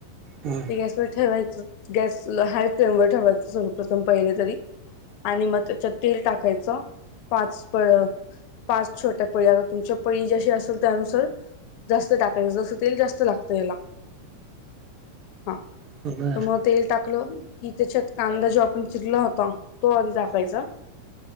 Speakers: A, on the right; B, on the left.
A: हं बरं बरं हं
B: <inaudible> गॅसवर ठेवायचं गॅस हाय फ्लेम वर ठेरवायचं सर्वप्रथम पहिले तरी आणि मग त्याच्या तेल टाकायचं <inaudible> <inaudible> पाच पळ पाच छोट्या पळी आता तुमच्या पळी ज्याशी असेल त्यानुसार जास्त टाकायचं जसं तेल जास्त लागतं याला हा <inaudible> <inaudible>
A: हं बरं
B: त मग तेल टाकलं कि त्याच्यात कांदा जो आपण चिरला होता तो आधी टाकायचा